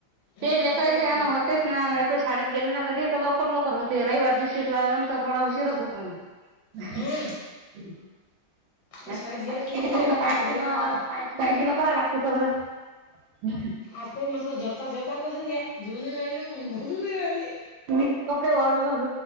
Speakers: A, on the left (about 80°); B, on the right (about 80°).
A: हां
B: ते लेकररायचे
A: जवळचे
B: ना होत च ना शाळेत गेले ना कधी तर लवकर लवकर होते रविवार दिशीरला नंतर थोडा उशीरच होते म्हणा
A: हं
B: हम् नाही
A: शाळेत
B: मग
A: गेले
B: शाळ
A: की लवकर
B: गेलीरी
A: येते मग
B: काळजी
A: ते रविवारचा
B: न काजी काळजी न करावला लागते सगळं ह
A: आता म्हटलं जेवता जेवता करून घ्या जेऊनही राहिले बोलून राहिली
B: मस् कपडडे वडू खत